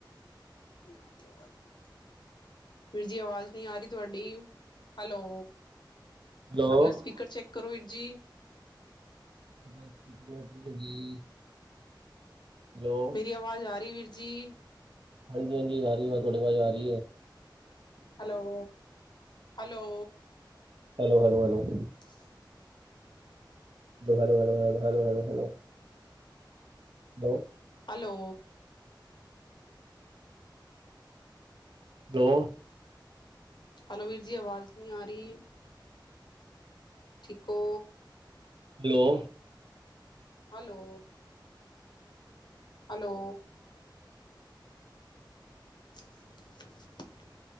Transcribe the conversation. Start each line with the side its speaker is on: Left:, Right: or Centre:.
Left: ਨਹੀਂ ਆ ਰੀ ਆਵਾਜ ਨਹੀਂ ਵੀਰਜੀ ਆਵਾਜ਼ ਨਹੀਂ ਆ ਰਹੀ ਤੁਹਾਡੀ ਹੈਲੋ
Right: ਹੈਲੋ
Left: ਆਪਣਾ
Right: ਤੁਹਾਡਾ
Left: ਸਪੀਕਰ ਚੈੱਕ ਕਰੋ ਵੀਰ ਜੀ
Right: ਗ <unintelligible> ਹੈਲੋ
Left: ਦੀ ਆਵਾਜ਼ ਆ ਰਹੀ ਵੀਰ ਜੀ
Right: ਹਾਂਜੀ ਹਾਂਜੀ ਆ ਰਹੀ ਵ ਤੁਹਾਡੇ ਵਾਜ਼ ਆ ਰਹੀ ਹੈ
Left: hello hello,
Right: hello hello hello hello
Left: ਹ
Right: ਹੈ ਲੈ ਹੈਲੋ ਲੋ ਹੈਲੋ ਹੈਲੋ ਹੈਲੋ
Left: ਹੈਲੋ
Right: ਦੋ
Left: ਹੈਲੋ ਵੀਰ ਜੀ ਆਵਾਜ਼ ਨਹੀਂ ਆ ਰਹੀ। ਠਿਕੋ
Right: ਹੈਲੋ
Left: ਹੈਲੋ ਹੈਲੋ ਹਾਂਜੀ